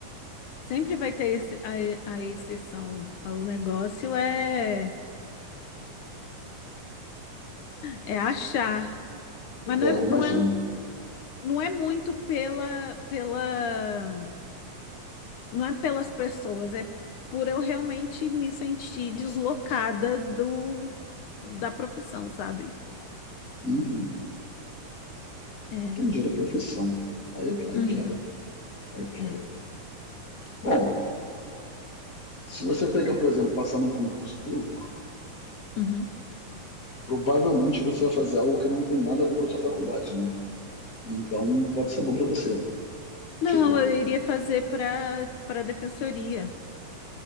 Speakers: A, on the left; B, on the left.
A: Sempre vai ter ex- a, a exceção. O negócio é, é achar, mas não
B: É,
A: é, não
B: imagino.
A: é, não é muito pela, pela não é pelas pessoas, é por eu realmente me sentir deslocada do da profissão, sabe?
B: Uhum.
A: É.
B: Entendi a profissão. Aí, aí
A: Uhum,
B: quebra. Aí quebra.
A: é.
B: Bom, se você pegar, por exemplo, passar num concurso público,
A: Uhum.
B: provavelmente você vai fazer algo que não tem nada a ver com a sua faculdade, né? Então pode ser bom pra você, né?
A: Não,
B: Tipo,
A: eu iria fazer para para defensoria.